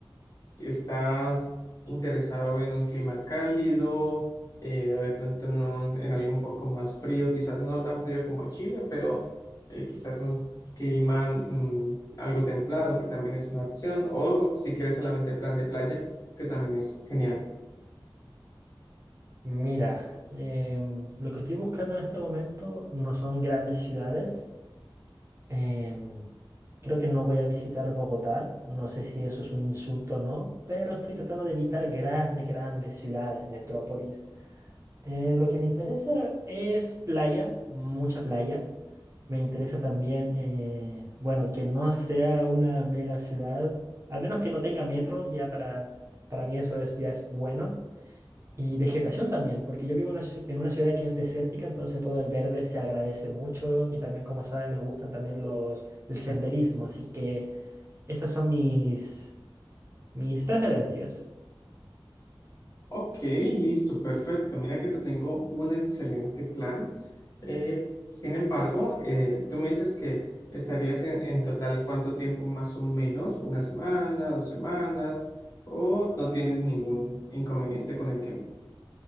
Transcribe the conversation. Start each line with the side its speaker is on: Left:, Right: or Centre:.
Left: ¿Estás interesado en un clima cálido, eh, o de pronto en, un- en algo un poco más frío, quizás no tan frío como Chile, pero eh, quizás un clima mm, algo templado, que también es una opción, o si quieres solamente plan de playa, que también es genial.
Right: Mira, em, lo que estoy buscando en este momento no son grandes ciudades. em, creo que no voy a visitar Bogotá. No sé si eso es un insulto o no, pero estoy tratando de evitar grandes, grandes ciudades, metrópolis. Eh, lo que me interesa es playa, mucha playa. Me interesa también, eh, bueno, que no sea una mega ciudad, al menos que no tenga metro, ya para, para mí eso es, ya es bueno. Y vegetación también, porque yo vivo en una ciu- en una ciudad que es desértica, entonces todo el verde se agradece mucho y también, como saben, me gustan también los, el senderismo, así que esas son mis, mis preferencias.
Left: Ok, listo, perfecto. Mira que te tengo un excelente plan. Eh, sin embargo, eh, tú me dices que estarías en, en total cuánto tiempo más o menos, una semana, dos semanas, o no tienes ningún inconveniente con el tiempo.